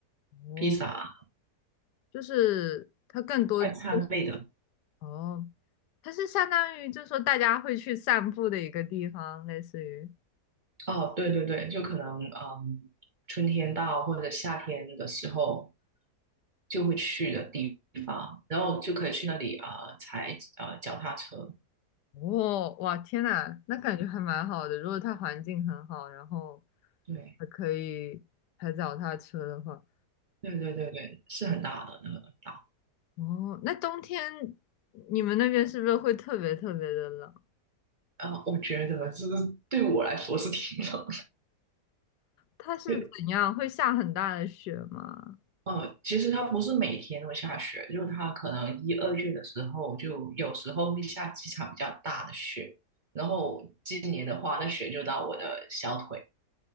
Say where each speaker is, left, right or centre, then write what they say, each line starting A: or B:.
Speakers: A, on the left; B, on the right.
A: 哦，
B: 披萨啊、
A: 就是它更多就是
B: 快餐类的。
A: 哦，它是相当于就是说大家会去散步的一个地方，类似于
B: 哦，对对对，就可能嗯，春天到或者夏天的时候就会去的地方，然后就可以去那里啊、呃踩啊脚踏车。
A: 哦，哇，天呐，那感觉还蛮好的。如果它环境很好，然后
B: 对
A: 还可以踩脚踏车的话，
B: 对对对对，是很大的那个岛。
A: 哦，那冬天你们那边是不是会特别特别的冷？
B: 然后我觉得就是对我来说是挺冷。
A: 它是怎样？
B: <laughs>
A: 会下很大的雪吗？
B: 呃，其实它不是每天都下雪，就它可能一二月的时候，就有时候会下几场比较大的雪。然后今年的话，那雪就到我的小腿。